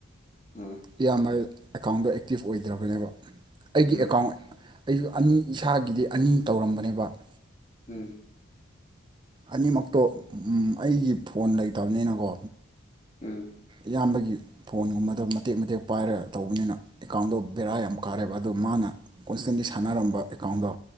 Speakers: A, on the left (about 35°); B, on the right (about 20°).
A: ꯎꯝ
B: ꯌꯥꯝꯃꯩ ꯑꯦꯀꯥꯎꯟꯗꯣ ꯑꯦꯛꯇꯤꯞ ꯑꯣꯏꯗ꯭ꯔꯕꯅꯦꯕ ꯫ ꯑꯩꯒꯤ
A: ꯎꯝ
B: ꯑꯦꯀꯥꯎꯟ ꯑꯩꯁꯨ ꯑꯅꯤ ꯏꯁꯥꯒꯤꯗꯤ ꯑꯅꯤ ꯇꯧꯔꯝꯕꯅꯦꯕ ꯫
A: ꯎꯝ
B: ꯑꯅꯤꯃꯛꯇꯣ ꯑꯩꯒꯤ ꯐꯣꯟ ꯂꯩꯇꯕꯅꯤꯅꯀꯣ꯫
A: ꯎꯝ
B: ꯏꯌꯥꯝꯕꯒꯤ ꯐꯣꯟꯒꯨꯝꯕꯗꯣ ꯃꯇꯦꯛ ꯃꯇꯦꯛ ꯄꯥꯏꯔꯒ ꯇꯧꯕꯅꯤꯅ ꯑꯦꯀꯥꯎꯟꯗꯣ ꯕꯦꯔꯥ ꯌꯥꯝ ꯀꯥꯔꯦꯕ ꯑꯗꯣ ꯃꯥꯅ ꯍꯣꯁꯇꯦꯟꯗ ꯁꯥꯟꯅꯔꯝꯕ ꯑꯦꯀꯥꯎꯟꯗꯣ